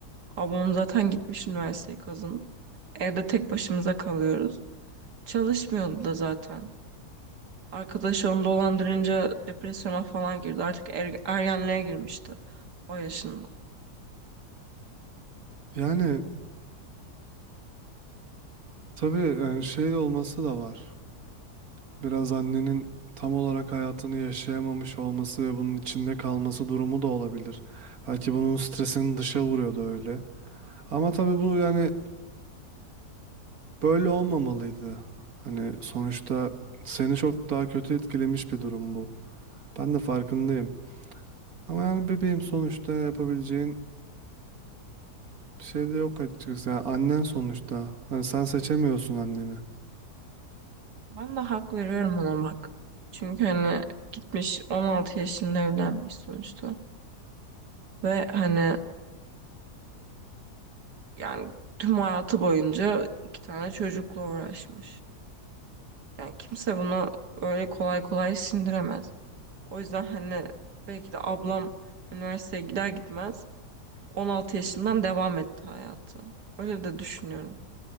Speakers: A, on the right; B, on the right.
A: Ablam zaten gitmiş üniversiteyi kazanıp. Evde tek başımıza kalıyoruz. Çalışmıyordu da zaten. Arkadaşı onu dolandırınca depresyona falan girdi. Artık er- ergenliğe girmişti o yaşında.
B: Yani tabii yani şey de olması da var. Biraz annenin tam olarak hayatını yaşayamamış olması ve bunun içinde kalması durumu da olabilir. Belki bunun stresini dışa vuruyordu öyle. Ama tabii bu yani Böyle olmamalıydı. Hani sonuçta seni çok daha kötü etkilemiş bir durum bu. Ben de farkındayım. Ama yani bebeğim sonuçta yapabileceğin bir şey de yok açıkçası. Yani annen sonuçta. Hani sen seçemiyorsun anneni.
A: Ben de hak veriyorum ona bak. Çünkü hani gitmiş 16 yaşında evlenmiş sonuçta. Ve hani yani tüm hayatı boyunca iki tane çocukla uğraşmış. Yani kimse bunu öyle kolay kolay sindiremez. O yüzden hani belki de ablam üniversiteye gider gitmez 16 yaşından devam etti hayatı. Öyle de düşünüyorum.